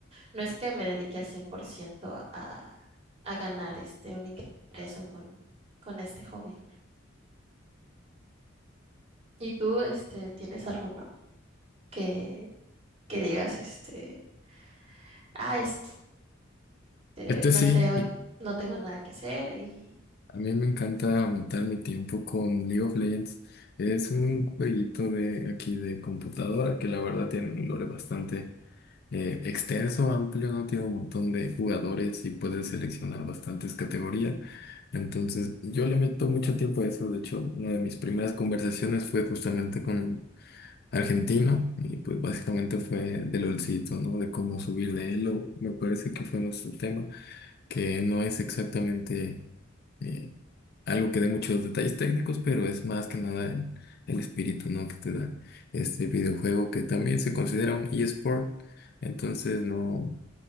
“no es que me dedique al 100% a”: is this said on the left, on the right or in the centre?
Right